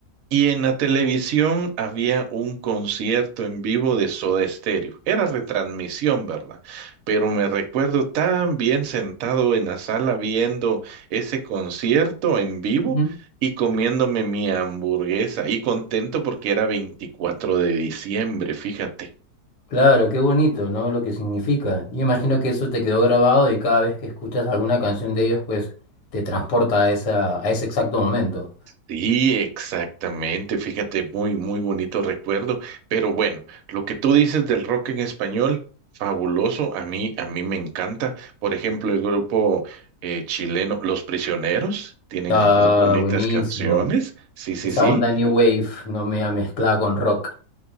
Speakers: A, on the right (about 65°); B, on the left (about 75°).
A: y en la televisión había un concierto en vivo de Soda Stereo. Era retransmisión, ¿verdad? Pero me recuerdo tan bien sentado en la sala viendo ese concierto en vivo
B: Ujú.
A: y comiéndome mi hamburguesa y contento porque era 24 de diciembre, fíjate.
B: Claro, qué bonito, ¿no? Lo que significa. Yo imagino que eso te quedó grabado y cada vez que escuchas alguna canción de ellos, pues te transporta a esa, a ese exacto momento.
A: Sí, exactamente. Fíjate, muy, muy bonito recuerdo. Pero bueno, lo que tú dices del rock en español, fabuloso. A mí, a mí me encanta. Por ejemplo, el grupo eh, chileno Los Prisioneros tienen
B: Está
A: muy bonitas
B: buenísimo.
A: canciones. Sí, sí,
B: Esa
A: sí.
B: onda New Wave no me ha mezclado con rock